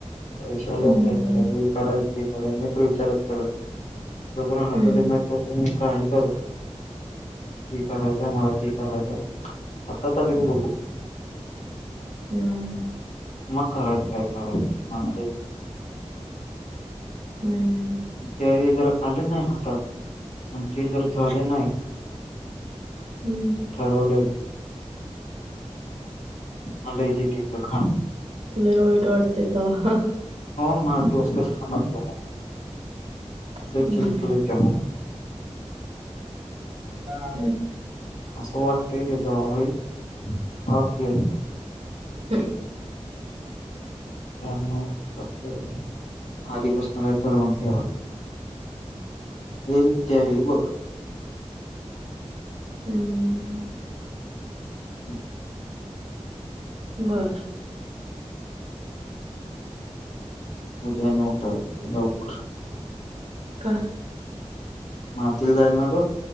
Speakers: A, on the left; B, on the right.
A: पैशा
B: हम्म
A: लोकय कराय करायच <inaudible> ठीक मित्र विचारत कर <unintelligible> जोपर्यंत हातात
B: हम्म
A: येत नाही तो पर्यंत मी काय करर ते करायचंय मला ते करायच हातात आले की बगु
B: हम्म
A: मग करायचं काय करायचंय मला
B: हम्म
A: त्यावेळी जर आलं नाही हातात आणि ते जर झाल नाय
B: हम्म
A: ठरवलेलं मला जे तिथलं खाण
B: लय वाईट वाटतय तवा
A: माझा डोस्कच सनकतय मग. लय
B: हम्म
A: चीड चीड हुत्या मग.
B: हा.
A: आस वाटतंय तेज्या का केल.
B: ह्म.
A: त्या सक् <inaudible> आधी प्रश्न काय ठरवून ठेवा. हे त्यावेळी बघ. ब
B: हम्म
A: हम्
B: बर
A: उद्या उटायाच लवकर
B: का?
A: मातील जाईल ना ग.